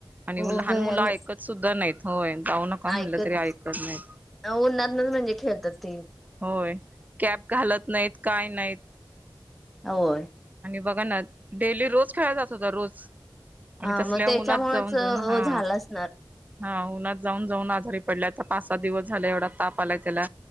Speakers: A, on the right; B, in the centre.
A: आणि
B: हो
A: लहान
B: भयान
A: मुलं ऐकत सुद्धा नाही होय. जाऊ नका
B: ऐकत
A: म्हणलं तरी नाहीत.
B: उन्हातनच म्हणजे खेळतात ती.
A: होय कॅब घालत नाहीत काय नाही. आहेतत.
B: होय.
A: बघा ना डेली रोज खेळाला जात होता रोज आणि
B: हा
A: तसल्या
B: मग त्याच्यामुळेच
A: उन्हात जाऊन जाऊन हा
B: झाला असणार.
A: हा उन्हात जाऊन जाऊन आजारी पडल्या आता पाच सात दिवस झाला एवढा ताप आलाय त्याला